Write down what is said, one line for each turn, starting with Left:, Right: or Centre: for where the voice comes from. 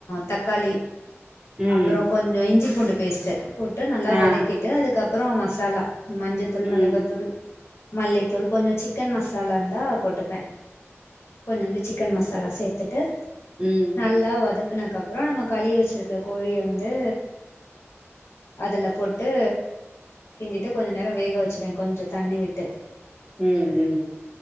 Left: தக்காளி
Right: ம் ம்
Left: அப்புறொ கொஞ்சொ இஞ்சி பூண்டு பேஸ்ட்டு போட்டு நல்லா வதக்கிட்டு
Right: ஆ
Left: அதுக்கப்புறோ மசாலா மஞ்சத்தூள்
Right: ம்
Left: மிளகாத்தூள் மல்லித்தூள் கொஞ்ச சிக்கன் மசாலா இருந்தா போட்டுப்பே கொஞ்சுண்டு சிக்கன் மசாலா சேத்துட்டு
Right: ம்
Left: நல்லா வதக் குனக்கப்பறொ நம்ம கழுவி வச்சிருக்க கோழிய வந்து அதுல போட்டு கிண்டிட்டு கொஞ்ச நேர வேக வச்சவே கொஞ்ச தண்ணி விட்டு
Right: ம் ம்